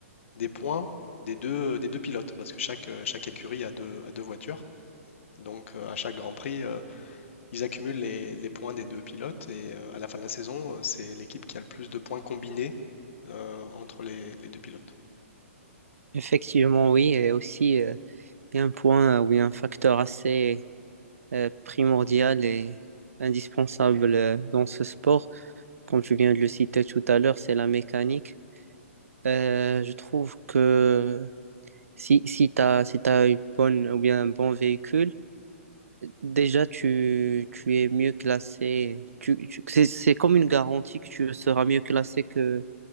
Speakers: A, on the left; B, on the right.
A: des points des deux, des deux pilotes, parce que chaque, euh, chaque écurie a deux, a deux voitures. Donc euh, à chaque Grand Prix, euh, ils accumulent les, les points des deux pilotes, et euh, à la fin de la saison, euh, c'est l'équipe qui a le plus de points combinés euh, entre les, les deux pilotes.
B: Effectivement, oui. Et aussi, euh, il y a un point euh, où un facteur assez euh, primordial et indispensable euh, dans ce sport. Comme tu viens de le citer tout à l'heure, c'est la mécanique. Euh, je trouve que si, si tu as, si t'as une bonne, ou bien un bon véhicule, Déjà, tu, tu es mieux classé. Tu, tu- c'est, c'est comme une garantie que tu seras mieux classé que,